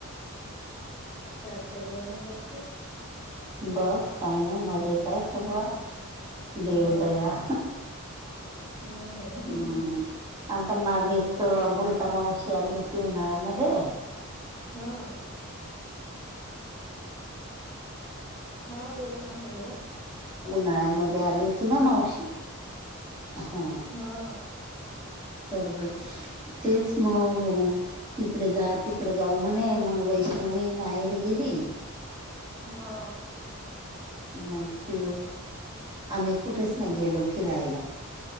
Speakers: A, in the centre; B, on the right.
A: काय चाललंय मग बाकी
B: बस काही नाही मजेत आहे सगळं देव
A: हा
B: दया
A: हम्म
B: हम्म आता मागेच
A: मग काय
B: अमृता मावशी आलीस होती ती उन्हाळ्यामध्ये
A: हा हा बोला ना हॅलो
B: उन्हाळ्यामध्ये आली होती ना मावशी हा
A: हा
B: तर तेच मग इकडे जा तिकडे जाऊ म्हणे मग वैष्णवी माहेरी गेली
A: हा
B: मग आम्ही कुठेच नाही गेलो फिरायला